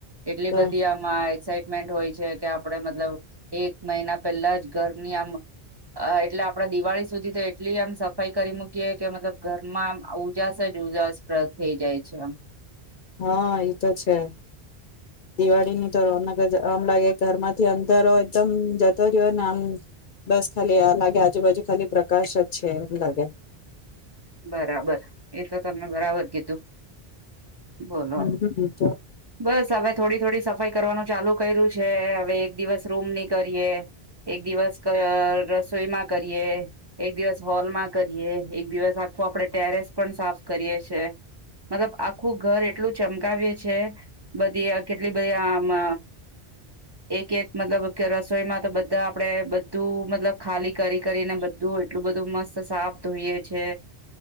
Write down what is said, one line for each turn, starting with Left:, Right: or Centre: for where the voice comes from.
Right: એટલી
Left: તો
Right: બધી આમાં. એક્સાઇટમેન્ટ હોય છે કે આપણેે મતલબ એક મહિના પહેલા જ ઘરની આમ એટલે આપડા દિવાળી સુધી તો એટલી આમ સફાઈ કરી મૂકીએ કે મતલ ઘર માં ઉજાસ જ ઉજાસપ્રદ થઈ જાય છેમ.
Left: હા એતો છે દિવાળી ની તો રોનક આમ લાગે ઘરમાંથી અંદરો એકદમ જતો રહ્યો ને આમ બસ ખાલી આમ લાગે આજુબાજુ ખાલી પ્રકાશ જ છે એમ લાગે.
Right: બરાબર એ તો તમને બરાબર કીધું. બોલો
Left: હમ્મ હમ્મ.
Right: બસ હવે થોડી થોડી સફાઈ કરવાનું ચાલુ કર્યું છે. હવે એક દિવસ રૂમ ની કરીએ. એક દિવસ રસોઈમાં કરીએ એક દિવસ હોલમાં કરીએ એક દિવસ આખું આપડે ટેરેસ પણ સાફ કરીએ છે. મતલબ આખું ઘર એટલું ચમ ચમ કા વિયે છે બધી કેટલી બધી આમ એક એક મતલબ કે રસોઈમાં તો બધા આપણેે બધું મતલબ ખાલી કરી કરીને બધું એટલું બધું મસ્ત સાફ ધોઈએ છે